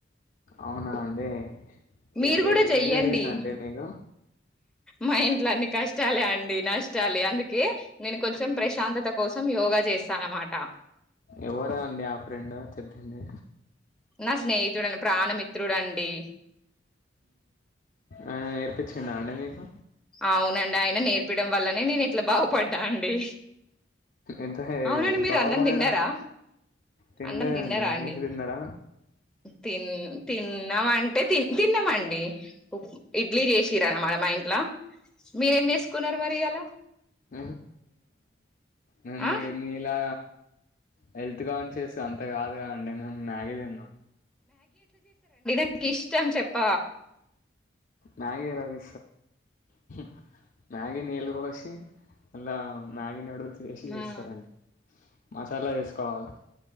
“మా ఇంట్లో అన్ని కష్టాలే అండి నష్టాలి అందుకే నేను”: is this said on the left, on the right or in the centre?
Centre